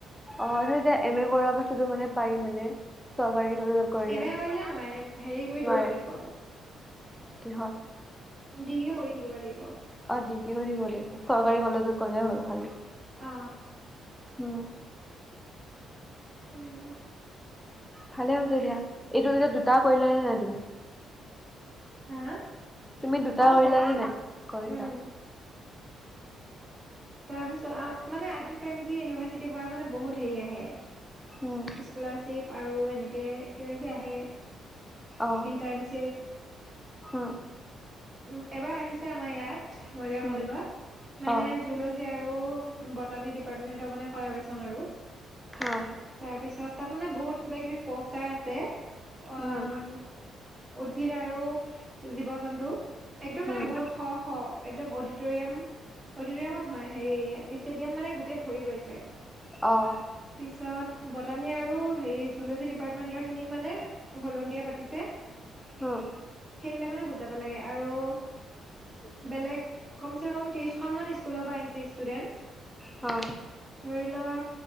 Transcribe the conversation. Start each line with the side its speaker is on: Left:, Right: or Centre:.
Centre: অ এতিয়া এম এ কৰাৰ পাছতো মানে পায় মানে। চৰকাৰী কলেজত কৰিলে
Right: এম
Centre: নোৱাৰে
Right: এ হেৰি কৰি থাকিব লাগিব
Centre: কিহৰ
Right: ডিগ্ৰী কৰি থাকিব লাগিব।
Centre: অ', ডিগ্ৰী কৰি থাকিব লাগিব, চৰকাৰী কলেজত ক'লে হল খালি।
Right: অ
Centre: অম
Right: তেনেকুৱাই।
Centre: ভালে হৈছে দিয়া এইটো এতিয়া দুটা
Right: উম
Centre: কৰিল নে নাই তুমি
Right: হা?
Centre: তুমি দুটা
Right: অ
Centre: কৰিলাানে
Right: কৰিছো
Centre: নাই কৰিৈছা
Right: উম তাৰপিছত মানে আজিম প্ৰেম জী ইউনিভাৰ্চিটিৰ পৰা মানে বহুত হেৰি আহে
Centre: উম
Right: স্কলাৰশ্বিপ, আৰু এনেকে কিবা কিবি আহে।
Centre: অ
Right: ইন্টাৰ্ণশ্বিপ।
Centre: উম
Right: উ এবাৰ আহিছে আমাৰ ইয়াত মৰিগাঁও কলেজত
Centre: উম
Right: মান
Centre: অ
Right: <unintelligible> আৰু <unintelligible> আৰু ডিৰ্পাটমেনটৰ মানে কলাব্ৰেচন আৰু।
Centre: অ
Right: তাৰ পিছত, তাত মানে বহুত কিবা কিবি পষ্টাৰ আছে আহ।
Centre: উম
Right: উদ্ভিদ আৰু জীৱ জন্তুৰ একদম মানে,
Centre: উম
Right: বহুত শ' শ'একদম অডিটৰিয়াম। অত ম নহয় হেৰি ষ্টেডিয়াম মানে গোটেই ভৰি গৈছে
Centre: অ',
Right: পিছত? বটানী আৰু হেৰি জুলজী ডিপাৰ্টমেণ্টৰখিনিক মানে সলনি দিয়া পাতিছে
Centre: অ',
Right: সেইবিলাক মানে বুজাব লাগে, আৰু। বেলেগ কম কম ত্ৰিশ স্কুলৰ পৰা আহিছে ষ্টুডেন্ট
Centre: অ',
Right: ধৰি লোৱা